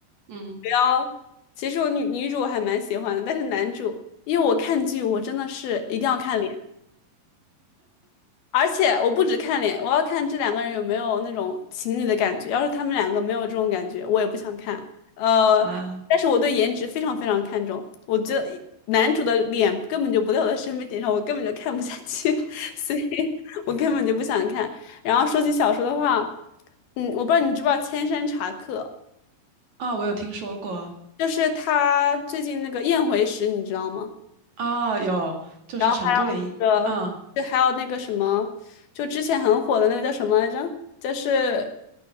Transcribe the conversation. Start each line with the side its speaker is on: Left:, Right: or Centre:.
Right: 嗯
Left: 折腰，其实我女女主我还蛮喜欢的，但是男主，因为我看剧我真的是一定要看。脸。而且我不只看脸，我要看这两个人有没有那种情侣的感觉。要是他们两个没有这种感觉，我也不想看。呃，
Right: 啊
Left: 但是我对颜值非常非常看重，我觉得男主的脸根本就不在我的审美点上，我根本就看不下去，<laughs> 所以我根本就不想看。然后说起小说的话，嗯，我不知道你知不知道《千山茶客》，
Right: 啊，我有听说过
Left: 就是他最近那个《宴回时》，你知道吗？
Right: 啊，有，就是陈都灵，
Left: 然后还有那个，
Right: 嗯
Left: 就还有那个什么，就之前很火的那个叫什么来着？就是